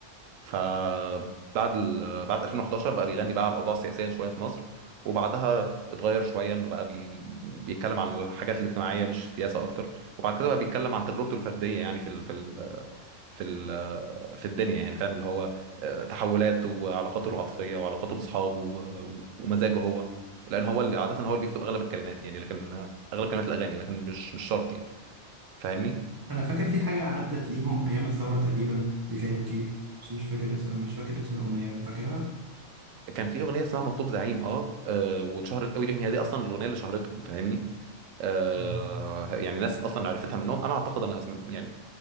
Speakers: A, on the right (about 85°); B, on the right (about 35°).
A: فبعد ال... بعد 2011 بقى بيغني بقى على الاوضاع السياسيه شويه في مصر وبعدها اتغير شويه انه بقى بي... بيتكلم عن الحاجات الاجتماعيه مش سياسه اكتر وبعد كده بقى بيتكلم عن تجربته الفرديه يعني في ال... في ال... في ال... في الدنيا يعني فاهم اللي هو آه، تحولاته وعلاقاته العاطفيه وعلاقاته باصحابه و- ومزاجه هو لان هو اللي عاده هو اللي بيكتب اغلب الكلمات يعني لكن آه، اغلب كلمات الاغاني لكن مش مش شرط يعني فاهمني
B: انا فاكر في حاجه عدت ليهم ايام الثوره تقريبا لكايروكي بس مش فاكر اسم مش فاكر اسم الاغنيه فاكرها
A: كان في اغنيه اسمها مطلوب زعيم اه, آه واتشهرت قوي ليهم هي دي اصلا الاغنيه اللي شهرتهم فاهمني آه،
B: آه.
A: يعني ناس اصلا عرفتها منهم انا اعتقد انا سم... يعني